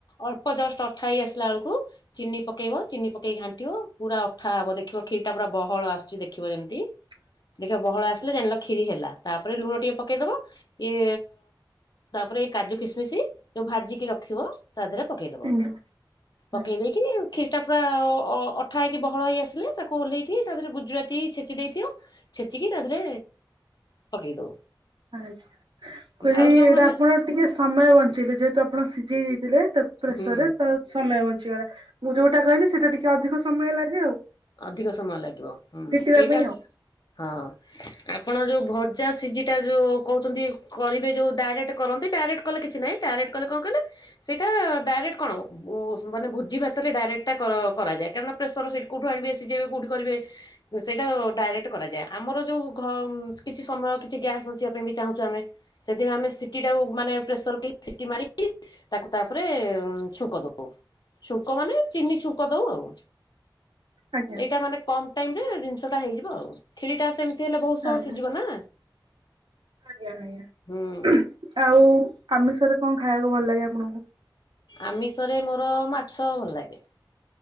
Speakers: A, on the left; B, on the right.
A: ଅଳ୍ପ ଜଷ୍ଟ ଅଠା ହେଇ ଆସିଲା ବେଳକୁ ଚିନି ପକେଇବ ଚିନି ପକେଇକି ଘାଣ୍ଟିବ। ପୁରା ଅଠା ହବ ଦେଖିବ କ୍ଷୀରଟା ପୁରା ବହଳ ଆସୁଛି ଦେଖିବ ଯେମିତି
B: ହ <unintelligible>
A: ଦେଖିବା ବହଳ ଆସିଲେ ଜାଣିଲ ଖିରି ହେଲା ତାପରେ ଲୁଣ ଟିକେ ପକେଇଦବ ଇଏ ତାପରେ କାଜୁ କିସମିଶ ଯୋଉ ଭାଜିକି ରଖଥିବ ତା ଦେହରେ ପକେଇଦବ
B: ଆଜ୍ଞା
A: ପକେଇ
B: ଆଜ୍ଞା
A: ଦେଇକି କ୍ଷୀରଟା ପୁରା ଅଠା ହୋଇକି ବହଳ ହୋଇ ଆସିଲେ ତାକୁ ଓହ୍ଲାଇକି ତା ଦେହରେ ଗୁଜୁରାତି ଛେଚି ଦେଇଥିବ ଛେଛିକି ତାଦିରେ ପକେଇଦଉ।
B: ଆଛା, କହିଲି
A: ଆଉ ଯୋଉମାନେ
B: ଏଇଟା ଆପଣ ଟିକେ ସମୟ ବଞ୍ଚେଇ ବେ ଯେହେତୁ ଆପଣ ସିଝେଇ ଦେଇଥିଲେ ତାକୁ ପ୍ରେସରରେ
A: ହୁଁ
B: ତ ସମୟ ବଞ୍ଚିଗଲା। ମୁଁ ଯୋଉଟା କହିଲି ସେଇଟା ଟିକେ ଅଧିକ ସମୟ ଲାଗେ ଆଉ
A: ଅଧିକ ସମୟ ଲାଗିବ। ହୁଁ
B: ଫିଟିବା
A: ଏଇଟା
B: ପାଇଁ ଆଉ
A: ହଁ ଆପଣ ଯୋଉଭଜା ସିଝିଟା ଯୋଉ କହୁଛନ୍ତି। କରିବେ ଯୋଉ ଡାଇରେକ୍ଟ କରନ୍ତି ଡାଇରେକ୍ଟ କଲେ କିଛି ନାଁ ଡାଇରେକ୍ଟ କଣ କହିଲ ସେଇଟା ଡାଇରେକ୍ଟ କଣ ମାନେ ଭୋଜି ଭାତରେ ଡାଇରେକ୍ଟା କରାଯାଏ। କାରଣ ପ୍ରେସର ସେଇଟି କୋଉଟୁ ଆଣିବେ ସିଝାଇବେ କୋଉ ଟି କରିବେ ସେଇଟା ଡାଇରେକ୍ଟ କରାଯାଏ। ଆମର ଯୋଉ କିଛି ସମୟ କିଛି ଗ୍ୟାସ୍ ବଞ୍ଚିବା ପାଇଁ ବି ଚାହୁଁଛୁ ଆମେ ସେଥିପାଇଁ ଆମେ ସିଟି ମାନେ ପ୍ରେସରରେ ସିଟି ମାରିକି ତାକୁ ତାପରେ ଛୁଙ୍କ ଦଉ। ଛୁଙ୍କ ମାନେ ଚିନି ଛୁଙ୍କ ଦଉ ଆଉ।
B: ଆଜ୍ଞା
A: ଏଇଟା ମାନେ କମ ଟାଇମ ରେ ଜିନିଷଟା ହେଇଯିବ ଆଉ କ୍ଷୀରି ଟା ସେମିତି ହେଲେ ବହୁତ ସମୟ
B: ଆଜ୍ଞା।
A: ସିଝିବ ନା।
B: ଆଜ୍ଞା ଆଜ୍ଞା
A: ହୁଁ
B: ଆଉ ଆମିଷରେ କଣ ଖାଇବାକୁ ଭଲ ଲାଗେ ଆପଣଙ୍କୁ?
A: ଆମିଷରେ ମୋର ମାଛ ଭଲ ଲାଗେ।